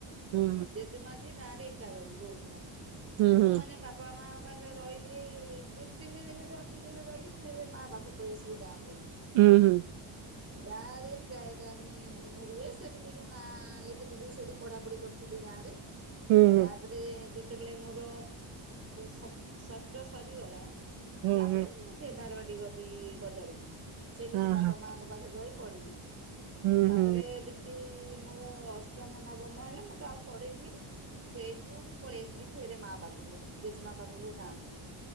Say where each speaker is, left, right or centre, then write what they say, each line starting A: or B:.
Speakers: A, on the right (about 75°); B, on the right (about 25°).
A: ହୁଁ
B: ଜେଜେମା ଯିଏ ଗାଁରେ ଏକା ର ରୋହୁଥିଲା।
A: ହୁଁ
B: ମୁଁ
A: ହୁଁ
B: ମାନେ ବାପା ମା ପାଖରେ ରହିବି ଦି ତିନି ଦିନ ଯଦି ଅତି ଯୋରେ ରହିବି ଫେରେ ମା ବାଖକୁ ପଳେଇ ଆସିବି ଗାଁକୁ।
A: ହୁଁ ହୁଁ ହୁଁ ହୁଁ
B: ଗାଁରେ ପ୍ରାୟ ଟାଇମି ମୁଁ ରୁହେ ସେଠି ବି ମୁଁ ନାଁ ଲେଖିଥିଲି ସେଠି ପଢ଼ାପଢି କରୁଥିଲି ଗାଁ ରେ।
A: ହୁଁ ହୁଁ
B: ତାପରେ ଯେତେବେଳେ ମୋର ସପ୍ ଷଷ୍ଠ ସରିଗଲା
A: ହୁଁ
B: ତାପରେ
A: ହୁଁ
B: ମୁଁ ସେ ବାରବାଡି ଗଲି ବଜାରକୁ। ସେଠି
A: ହଁ
B: ବାପା
A: ହଁ
B: ମାଙ୍କ ପାଖରେ ରହି ପଢିଲି
A: ହୁଁ
B: ତାପରେ
A: ହୁଁ
B: ଯେମିତି ମୋର ଅଷ୍ଟମ ନବମ ହେଲେ ମୁଁ ତ ଆଉ ପଢେଇବିିନି ସେଇଠୁ ମୁଁ ପଳେଇ ଆସିଲି ଫେରେ ମା ପାଖକୁ ଜେଜେମା ପାଖକୁ ଗାଁ କୁ।